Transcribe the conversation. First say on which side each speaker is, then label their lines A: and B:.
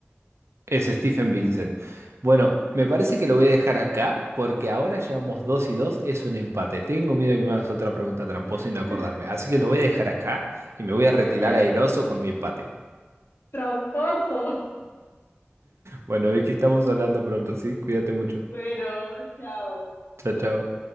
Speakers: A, on the right (about 80°); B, on the left (about 60°).
A: Es Stephen Vincent. Bueno, me parece que lo voy a dejar acá porque ahora llevamos 2 y 2, es un empate. Tengo miedo de que me hagas otra pregunta tramposa y
B: <laughs>
A: no acordarme. Así que lo voy a dejar acá y me voy a
B: Ok,
A: retirar airoso con mi empate.
B: tramposo.
A: Bueno, Vicky, estamos hablando pronto, ¿sí? Cuídate
B: <laughs>
A: mucho.
B: Bueno, chao.
A: Chao, chao.